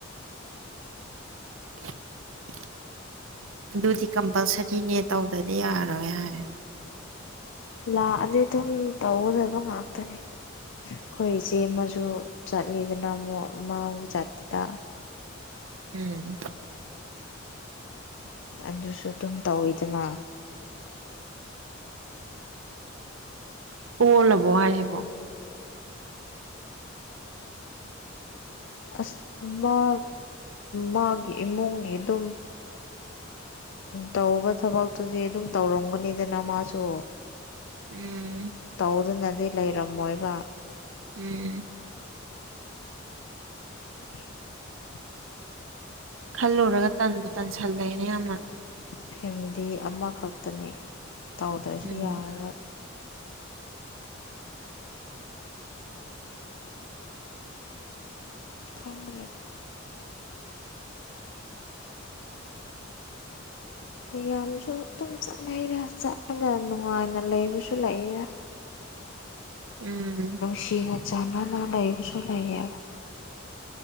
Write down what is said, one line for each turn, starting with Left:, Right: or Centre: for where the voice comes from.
Right: <inaudible> ꯑꯗꯨꯗꯤ ꯀꯝꯄꯜꯁꯔꯤꯅꯦ ꯇꯧꯗꯗꯤ ꯌꯥꯔꯣꯏ ꯍꯥꯏ
Left: ꯂꯥꯛꯑꯗꯤ ꯑꯗꯨꯝ ꯇꯧꯒꯗꯕ ꯉꯥꯛꯇꯅꯦ ꯑꯩꯈꯣꯏ ꯏꯆꯦ ꯑꯃꯁꯨ ꯆꯠꯂꯤꯗ ꯑꯃꯨꯛ ꯃꯥꯎ ꯖꯥꯇꯤꯗ
Right: ꯎꯝ
Left: ꯑꯗꯨꯁꯨ ꯑꯗꯨꯝ ꯇꯧꯋꯤꯗꯅ
Right: ꯑꯣꯜꯂꯕꯣ ꯍꯥꯏꯁꯤꯕꯣ
Left: ꯑꯁ ꯃꯥ ꯃꯥꯒꯤ ꯏꯃꯨꯡꯒꯤ ꯑꯗꯨꯝ ꯇꯧꯕ ꯊꯕꯛꯇꯨꯗꯤ ꯑꯗꯨꯝ ꯇꯧꯔꯝꯒꯅꯤꯗꯅ ꯃꯥꯁꯨ
Right: ꯎꯝ
Left: ꯇꯧꯗꯨꯅꯗꯤ ꯂꯩꯔꯝꯃꯣꯏꯕ
Right: ꯎꯝ
Left: <inaudible>
Right: ꯈꯜꯂꯨꯔꯒ ꯇꯟꯕꯨ ꯇꯟꯁꯜꯂꯦꯅ ꯌꯥꯝꯅ
Left: ꯐꯦꯃꯤꯂꯤ ꯑꯃꯈꯛꯇꯅꯦ ꯇꯥꯎꯗ꯭ꯔꯁꯨ
Right: ꯎꯝ
Left: ꯌꯥꯔꯣꯏ ꯈꯪꯗꯔꯦꯗ ꯃꯤꯌꯥꯝꯁꯨ ꯑꯗꯨꯝ ꯆꯠꯅꯩꯔ ꯆꯠꯅꯒ ꯅꯨꯡꯉꯥꯏꯗꯅ ꯂꯩꯕꯁꯨ ꯂꯩꯔꯦ
Right: ꯎꯝ
Left: ꯁꯤꯅ ꯆꯥꯟꯅꯅ ꯂꯩꯕꯁꯨ ꯂꯩꯌꯦꯕ